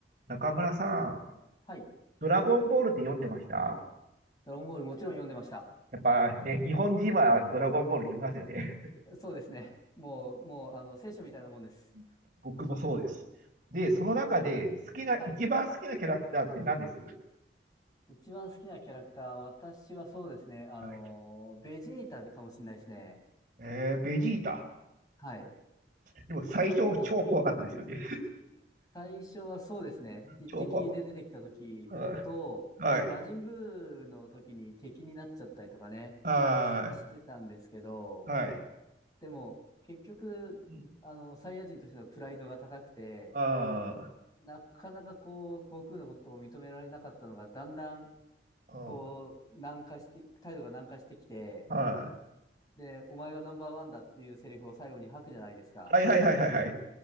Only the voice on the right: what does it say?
中村さん、
ドラゴンボールって読んでました
やっぱね、日本人はドラゴンボール読みますよね。
<laughs> 僕もそうです。で、その中で好きな、
一番好きなキャラクターって何です
はい。
えー、ベジータ。
でも最初超怖かったですよね。
<laughs>
超怖かった。うんはい。
は
い。はい。
うん
あー
あ
ー、は
い。はいはいはいはいはい。